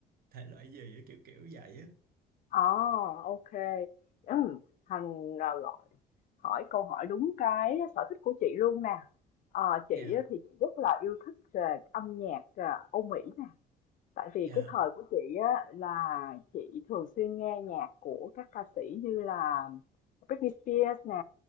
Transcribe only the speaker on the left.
Ồ, ok. Ừm, Thành à, gọi hỏi câu hỏi đúng cái sở thích của chị luôn nè. Ờ, chị
á thì chị rất là yêu thích về âm nhạc à, Âu Mỹ nè. tại vì
cái thời của chị á là chị thường xuyên nghe nhạc của các ca sĩ như là Britney Spears nè,